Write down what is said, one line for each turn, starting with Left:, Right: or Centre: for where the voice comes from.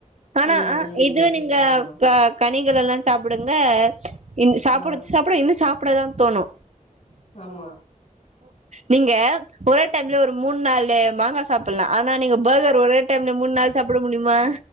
Right: ஆனா
Left: ம் ம்
Right: இது
Left: ம்
Right: நீங்க
Left: ஆமா
Right: க கனிகள் எல்லா சாப்புடுங்க இன் சாப்ட்ட
Left: ஆ
Right: சாப்ட்ட இன்னு சாப்டதா தோணு
Left: ஆமா
Right: நீங்க ஒரே டைம்ல ஒரு மூண் நாலு மாங்கா சாப்பலா ஆனா நீங்க பர்கர் ஒரே டைம்ல மூண் நாலு சாப்ட முடியுமா